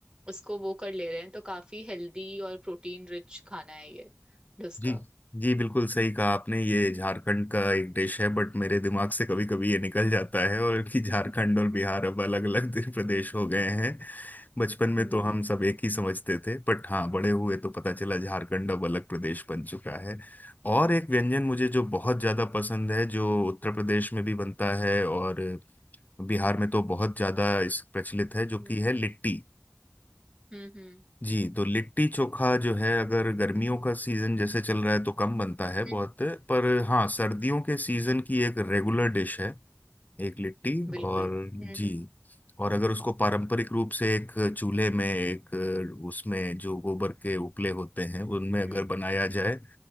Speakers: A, on the right; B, on the left.
A: उसको वो कर ले रहे हैं तो काफी हेल्दी और प्रोटीन रिच खाना है ये डोसा
B: जी जी बिल्कुल सही कहा आपने ये झारखंड का एक डिश है बट मेरे दिमाग से कभी कभी ये निकल जाता है और कि झारखंड
A: <laughs>
B: और बिहार अब अलग अलग प्रदेश हो गए हैं बचपन में
A: हम्म
B: तो हम सब एक ही समझते थे बट हाँ बड़े हुए तो पता चला झारखंड अब अलग प्रदेश बन चुका है और एक व्यंजन मुझे जो बहुत ज्यादा पसंद है जो उत्तर प्रदेश में भी बनता है और बिहार में तो बहुत ज्यादा इस प्रचलित है जो
A: हम्म
B: कि है लिट्टी
A: हम्म
B: जी तो लिट्टी चोखा जो है अगर गर्मियों का सीजन जैसे चल रहा है तो कम बनता है
A: हम्म,
B: बहुत पर हाँ सर्दियों के सीजन की एक रेगुलर डिश है एक लिट्टी और
A: बिल्कुल हम्म
B: जी
A: हम्म
B: और अगर उसको पारंपरिक रूप से एक चूल्हे में एक उसमें जो गोबर के उपले होते हैं उनमें
A: हम्म,
B: अगर बनाया जाए